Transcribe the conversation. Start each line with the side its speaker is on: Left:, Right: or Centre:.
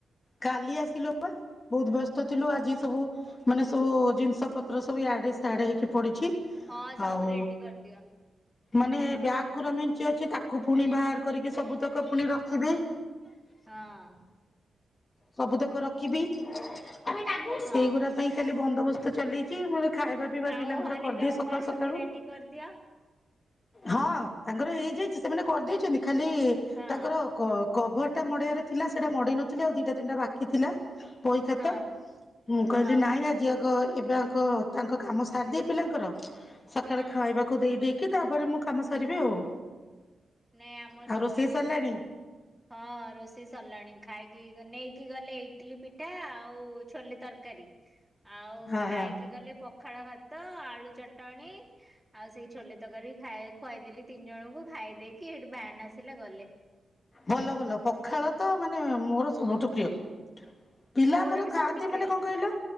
Left: କାଲି ଆସିଲୁ। ବହୁତ ବ୍ୟସ୍ତ ଥିଲୁ ଆଜି ସବୁ ମାନେ ସବୁ ଜିନିଷ ପତ୍ର ସବୁ ଇଆଡେ ସିଆଡେ ହେଇକି ପଡିଛି
Centre: ହଁ ସବୁ
Left: ଆଉ
Centre: ରେଡି କରିଦିଅ
Left: ମାନେ ବ୍ୟାଗ ଗୁରା ମେଞ୍ଚି ଅଛି ତାକୁ ପୁଣି ବାହାର କରିକି ସବୁତକ ପୁଣି ରଖିବି
Centre: ହଁ।
Left: ସବୁ ତକ ରଖିବି ତ ସେଇଗୁଡା
Centre: ହଁ।
Left: ପାଇଁ ଖାଲି ବନ୍ଦୋବସ୍ତ ଚଲେଇଛି ମୋର ଖାଇବା ଖାଇବା
Centre: ଆଉ
Left: ପିଲାଙ୍କର
Centre: ହଲିଡେ
Left: କରିଦିଏ
Centre: ହୋମୱାର୍କ
Left: ସକାଳୁ ସକାଳୁ
Centre: ସବୁ ରେଡି କରିଦିଅ
Left: ହଁ ତାଙ୍କର ହୋଇଯାଇ ସେମାନେ କରିଦେଇଛନ୍ତି ଖାଲି
Centre: ହଁ
Left: ତାଙ୍କର କ କଭର ଟା ମଡ଼େଇବାର ଥିଲା ସେଟା ମଡ଼େଇ ନଥିଲା ଥିଲି ଆଉ ଦିଟା ତିନିଟା ବାକି ଥିଲା, ବହି ଖାତା,
Centre: ହଁ
Left: ମୁଁ କହିଲି
Centre: ହଁ
Left: ନାଇଁ ଆଜି ଆଗ ଏବେ ଆଗ ଆଗ ତାଙ୍କ କାମ ସାରି ଦିଏ ପିଲାଙ୍କର, ସକାଳେ
Centre: ହଁ।
Left: ଖାଇବା କୁ ଦେଇ ଦେଇକି, ତାପରେ ମୁଁ କାମ ସାରିବି ଆଉ।
Centre: ନାଇଁ ଆମର
Left: ଆଉ
Centre: ସବୁ
Left: ରୋଷେଇ ସରିଲାଣି
Centre: ହଁ ରୋଷେଇ ସରିଲାଣି, ଖାଇକି ନେଇକି ଗଲେ ଇଟିଲି ପିଠା ଆଉ ଛୋଲେ ତରକାରୀ। ଆଉ
Left: ହଁ
Centre: ଖାଇକି
Left: ହଁ
Centre: ଗଲେ ପଖାଳ ଭାତ, ଆଳୁ ଚଟଣୀ ଆଉ ସେଇ ଛୋଲେ ତରକାରୀ ଖାଇ ଖୁଆଇଦେଲି ତିନି ଜଣଙ୍କୁ, ଖାଇ ଦେଇକି କି ହେଠୁ ଭ୍ୟାନ୍ ଆସିଲା ଗଲେ।
Left: ଭଲ ଭଲ ପଖାଳ ତ ମାନେ ମୋର ସବୁଠୁ ପ୍ରିୟ। ପିଲା
Centre: ମୋର
Left: ଆମର
Centre: ବି
Left: ଖାଆନ୍ତି
Centre: ସବୁଠୁ ପ୍ରିୟ
Left: ମାନେ
Centre: ହଁ
Left: କଣ କହିଲ,